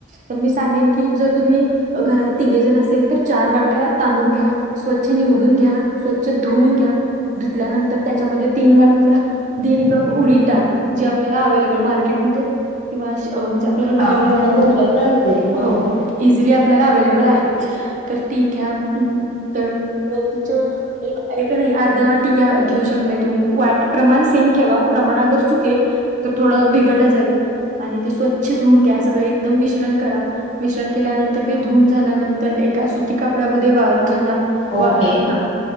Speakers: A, on the right; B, on the left.
A: तर मी सांगेन की, जर तुम्ही घरात तिघे जण असेल, तर चार वाट्या, तांदूळ घ्या. स्वच्छ निवडून घ्या, स्वच्छ धुवून घ्या, धुतल्यानंतर त्याच्यामध्ये, तीन वाटी ह्या दीड कप उडीद डाळ, जी आपल्याला अवेलेबल मार्केटमध्ये, किंवा अश अ म्हणजे आपल्याला बाहेर
B: हा सहज
A: गेल्यानंतर,
B: उपलब्ध असते बरोबर
A: हो. इझिली आपल्याला अवेलेबल आहे, तर ती घ्या, तर मेथीचे एक-एक नाही, अर्धा वाटी घ्या, घेऊ शकताय तुम्ही, वाट प्रमाण सेम ठेवा, प्रमाण अगर चुकेल तर थोडं बिघडलं जाईल, आणि ते स्वच्छ धूऊन घ्या, सगळं एक मिश्रण करा, मिश्रण केल्यानंतर, ते धुऊन झाल्यानंतर, एका सुती कापड्यामध्ये, वाळत घाला.
B: ओके
A: वा, हा,